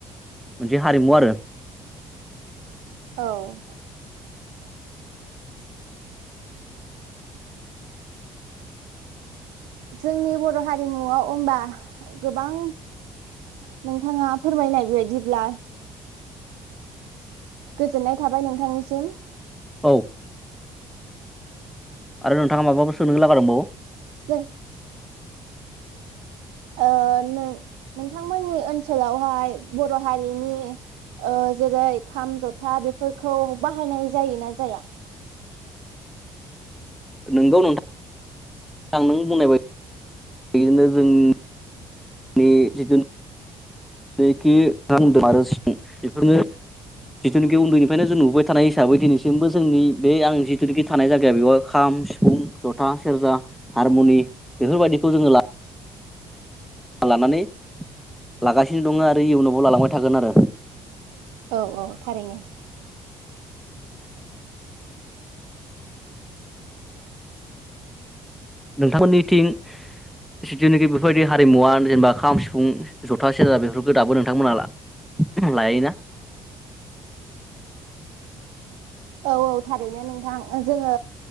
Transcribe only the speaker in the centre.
मोनसे हारिमु आरो
औ आरो नोंथाङा माबाफोर सोंनो लागा दंबावो
नोंगौ नोंथा आं नों बुंनाय बायदिनो जोंनि जिथु नोखि आरो सिफुं बेफोरनो जिथुनिखि उन्दैनिफ्रायनो जों नुबाय थानाय हिसाबै दिनैसिमबो जोंनि बे आं जिथुनिखि थानाय जायगाया बेवहाय खाम सिफुं जथा सेरजा हारमुनि बेफोरबायदिखौ जोङो ला लानानै लागासिनो दङ आरो इयुनावबो लालांबाय थागोन आरो
नोंथांमोननिथिं जिथुनाखि बेफोरबायदि हारिमुवा जेनेबा खाम सिफुं जथा सेरजा बेफोरखौ दाबो नोंथांमोनहा ला लायोना